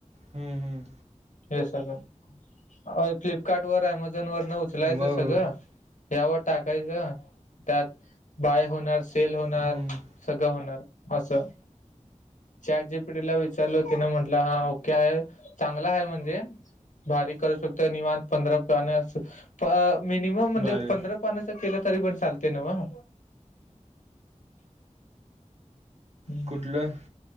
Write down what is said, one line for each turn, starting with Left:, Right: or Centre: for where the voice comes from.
Right: हम्म हम्म.
Left: हे सगळं फ्लिपकार्ट वरनं अमेझॉन वर न्ह उचलायच
Right: मग
Left: सगळं यावर टाकायचं त्यात बाय होणार सेल होणार
Right: हम्म,
Left: सगळं होणार. असं चॅट जीपीटीला विचारल तिने म्हटलं हा ओ के हाय चांगला हाय म्हणजे भारी करू शकतो निमान पंधरा पाने प मिनिमम म्हणजे
Right: बर
Left: पंधरा पानाच केलं तरी पण चालते न्हव? हम
Right: कुठलं